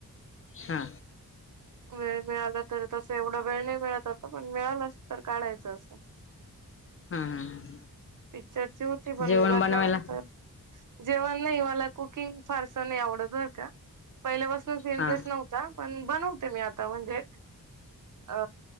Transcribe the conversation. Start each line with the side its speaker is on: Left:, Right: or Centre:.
Left: हा.
Right: वेळ मिळाला तर तसं एवढा वेळ नाही मिळत आता, पण मिळालाच तर काढायचा असा
Left: हा हा ह
Right: पिक्चरची होती पण,
Left: जेवण
Right: लग्नानंतर
Left: बनवायला
Right: जेवण नाही, मला कुकिंग फारस नाही आवडत बर का. पहिल्यापासनच इंटरेस्ट
Left: हा
Right: नव्हता, पण बनवते मी आता म्हणजे अ